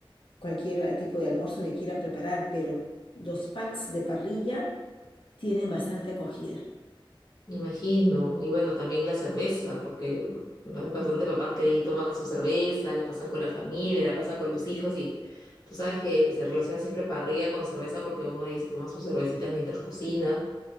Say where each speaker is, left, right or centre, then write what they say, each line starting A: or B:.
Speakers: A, on the left; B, on the left.
A: cualquier ah, tipo de almuerzo que quieran preparar, pero los packs de parrilla tienen bastante acogida.
B: Me Imagino. Y bueno, también la cerveza, porque hay bastantes papás que ahí toman su cerveza, la pasan con la familia, la pasan con los hijos y tú sabes que se relaciona siempre parrilla con cerveza porque uno ahí se toma sus cervecitas mientras cocina.